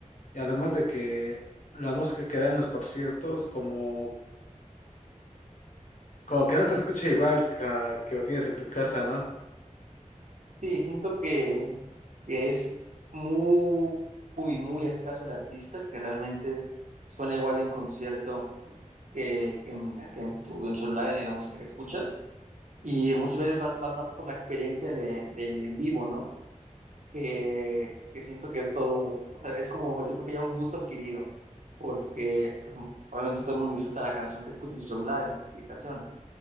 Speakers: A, on the left; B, on the right.
A: Y además de que la música que dan en los conciertos como, como que no se escucha igual ca- que, lo tienes en tu casa, ¿no?
B: Sí, siento que, que es muy, muy, muy escaso el artista que realmente suena igual en concierto que, que en, que en tu en celular, en la música que escuchas. Y muchas veces vas, más más por la experiencia de- del en vivo, ¿no? Que, que siento que es todo, o sea, es como, yo creo que ya un gusto adquirido, porque pues, obviamente todo el mundo disfruta la canción que escucha en su celular, en la aplicación